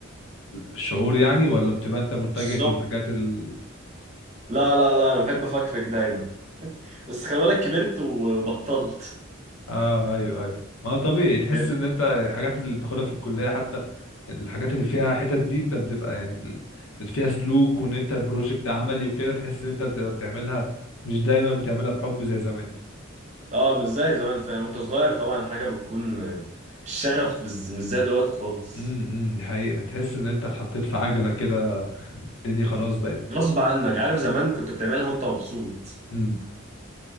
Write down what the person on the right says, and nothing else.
بالظبط
لا لا لا انا بحب افكفك دايما بس خلي بالك كبرت وبطلت
بجد
اه مش زي زمان فعلا وانت صغير طبعا الحاجة بتكون الشغف مش مش زي دلوقتي خالص
غصب عنك
عارف زمان كنت بتعملها وانت مبسوط